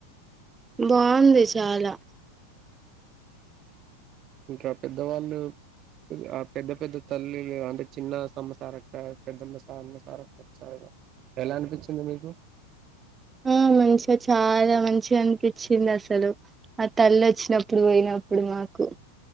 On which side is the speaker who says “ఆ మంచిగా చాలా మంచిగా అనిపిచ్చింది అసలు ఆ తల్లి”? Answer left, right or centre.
Right